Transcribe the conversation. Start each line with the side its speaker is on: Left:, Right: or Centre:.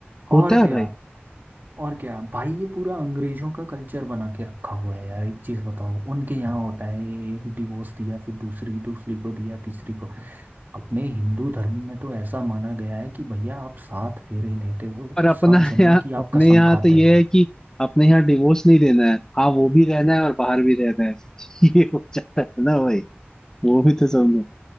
Left: होता
Right: और क्या
Left: है भाई
Right: और क्या भाई ये पूरा अंग्रेजों का कल्चर बना के रखा हुआ है यार एक चीज बताओ उनके यहाँ होता है ये एक डिवोर्स दिया फिर दूसरी दूसरी को दिया तीसरी को अपने हिंदू धर्म में तो ऐसा माना गया है कि भैया आप सात फेरे लेते हो
Left: पर
Right: तो
Left: अपना
Right: सात
Left: <laughs>
Right: जन्मों
Left: यहाँ
Right: की
Left: अपने
Right: आप कसम
Left: यहाँ
Right: खाते
Left: तो ये
Right: हो
Left: है कि अपने यहाँ डिवोर्स नहीं देना है हाँ वो भी रहना है और बाहर भी रहना है <laughs> ये हो जाता है ना भाई वो भी तो समझो